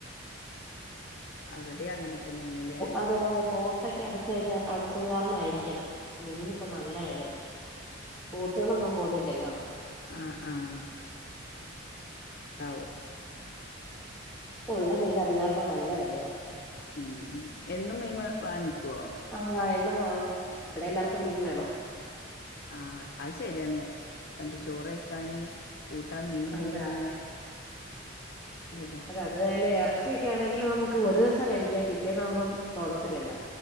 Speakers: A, on the left (about 55°); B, in the centre.
A: അവിടെ അങ്ങനെ തന്നെയാണ്ല്ലേ
B: അതെ അതെ പോർട്ടൊക്കെ അടച്ച കഴിഞ്ഞാ അടച്ചത് കാരണം ആയിരിക്കണം മീൻ ഇപ്പ നല്ല വിലയെ ബോട്ട് കളൊന്നും പോന്നില്ലല്ലോ
A: ആഹ ആഹ ദൗ
B: ഉള്ള മീൻ അത് കാരണം നല്ല വിലയാ
A: ഉം എന്നും മീൻ വാങ്ങിക്കുവോ
B: ആഹ് എന്നും വാങ്ങ ഇവിടെ എല്ലാർക്കും മീൻ വേണം
A: ആ് അത് ശരിയാണ് ചോറ്ഴിക്കാന് കൂട്ടാൻ മീൻ ഇല്ലെങ്കി
B: അതാ
A: പിന്നെ ഏതാ
B: അതെ അത് പോലെ എറച്ചിയൊക്കെണെങ്കിൽ നമുക്ക് ഒരൂസം കഴിക്കാം പിറ്റേന്ന് ആവുമ്പം തോന്നത്തില്ലല്ലോ